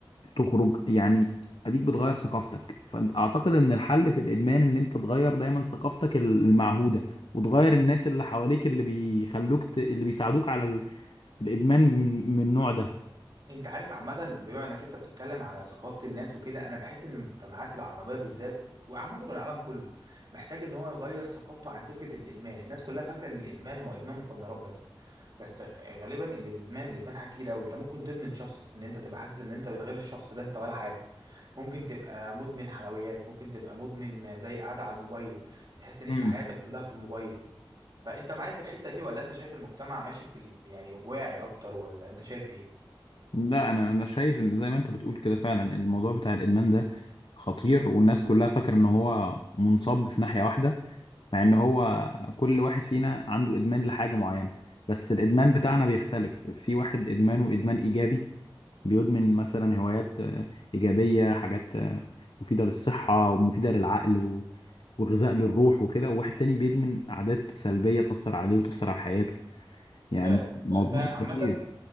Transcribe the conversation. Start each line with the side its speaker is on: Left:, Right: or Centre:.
Left: تخرج يعني اديك بتغير ثقافتك فانت اعتقد ان الحل في الادمان ان انت تغير دايما ثقافتك المعهودة وتغير الناس اللي حواليك اللي بيخلوك ت... اللي بيساعدوك على ال... الادمان من من النوع ده
Right: انت عارف عامة بما انك انت بتتكلم على ثقافة الناس وكده انا بحس ان المجتمعات العربية بالذات وعامة العالم كله محتاج ان هو يغير ثقافته عن فكرة الادمان الناس كلها فاكرة ان الادمان هو ادمان مخدرات بس بس غالبا الادمان الادمان حاجات كتير قوي انت ممكن تدمن شخص ان انت تبقى حاسس ان انت من غير الشخص ده انت ولا حاجة ممكن تبقى مدمن حلويات ممكن تبقى مدمن زي قاعدة على الموبايل تحس ان
Left: امم
Right: انت حياتك كلها في الموبايل فانت معايا في الحتة دي ولا انت شايف المجتمع ماشي في الإد- يعني واعي اكتر ولا انت شايف ايه
Left: لا انا انا شايف ان زي ما انت بتقول كده فعلا الموضوع بتاع الادمان ده خطير والناس كلها فاكره ان هو منصب في ناحيه واحده مع ان هو كل واحد فينا عنده ادمان لحاجه معينه بس الادمان بتاعنا بيختلف في واحد ادمانه ادمان ايجابي بيدمن مثلا هوايات آه، إيجابية حاجات آه، مفيدة للصحة ومفيدة للعقل و- وغذاء للروح وكده وواحد تاني بيدمن عادات سلبية تأثر عليه وتأثر على حياته يعني
Right: فعلا
Left: الموضوع
Right: فعلا
Left: ده
Right: عامة
Left: خطير